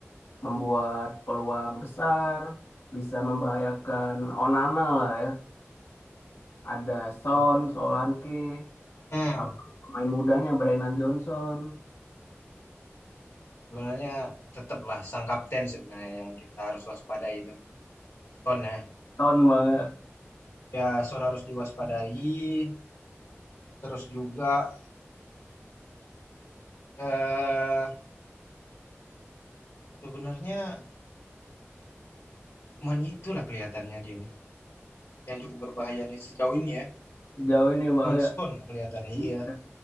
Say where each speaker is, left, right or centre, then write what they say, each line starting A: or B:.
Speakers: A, on the left; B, on the left.
A: membuat peluang besar, bisa membahayakan Onana lah ya. Ada Son,
B: Tuh.
A: Solanke,
B: Hmm,
A: apa pemain mudanya Brennan Johnson.
B: sebenarnya tetaplah sang kapten sebenarnya yang kita harus waspadai itu. Son ya,
A: Tahun Bang ya.
B: ya Son harus diwaspadai. Terus juga, eee, sebenarnya cuman itulah kelihatannya dia nih, yang cukup berbahaya nih sejauh ini ya.
A: Sejauh ini Bang
B: Cuman
A: ya.
B: Stone kelihatannya,
A: Iya.
B: iya.